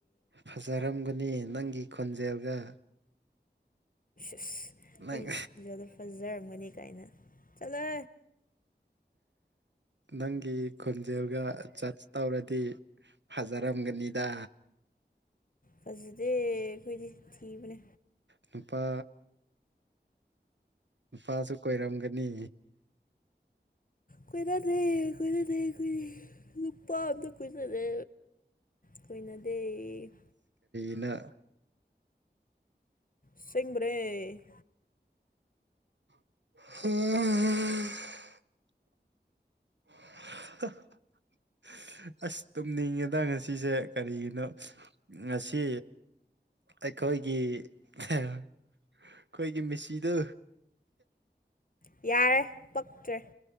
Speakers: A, on the right (about 85°); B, on the left (about 50°).
A: ꯐꯖꯔꯝꯒꯅꯤ ꯅꯪꯒꯤ ꯈꯣꯟꯖꯦꯜꯒ
B: ꯑꯁ
A: ꯅꯪ
B: ꯑꯩꯒꯤ ꯈꯨꯟꯖꯗ ꯐꯖꯔꯝꯒꯅꯤ ꯀꯥꯏꯅ ꯆꯠꯂꯦ
A: ꯅꯪꯒꯤ ꯈꯣꯟꯖꯦꯜꯒ ꯖꯠꯆ ꯇꯧꯔꯗꯤ ꯐꯖꯔꯝꯒꯅꯤꯗ
B: ꯐꯖꯗꯦ ꯑꯩꯈꯣꯏꯗꯤ ꯊꯤꯕꯅꯦ
A: ꯅꯨꯄꯥ ꯅꯨꯄꯥꯁꯨ ꯀꯣꯏꯔꯝꯒꯅꯤ
B: ꯀꯅ ꯂꯩ ꯀꯅ ꯂꯩ ꯑꯩꯈ ꯅꯨꯄꯥ ꯑꯝꯇ ꯀꯏꯅꯗ ꯀꯨꯏꯅꯗꯩ
A: ꯑ
B: ꯁꯤꯁꯤꯡꯔꯩ
A: ꯍ <unintelligible> ꯑꯁ ꯇꯨꯝꯅꯤꯡꯉꯦꯗ ꯉꯁꯤꯁꯦ ꯀꯔꯤꯒꯤꯅꯣ ꯉꯁꯤ ꯑꯩꯈꯣꯏꯒꯤ ꯑꯩꯈꯣꯏꯒꯤ ꯃꯤꯁꯤꯗꯨ
B: ꯌꯥꯔꯦ ꯄꯛꯇ꯭ꯔꯦ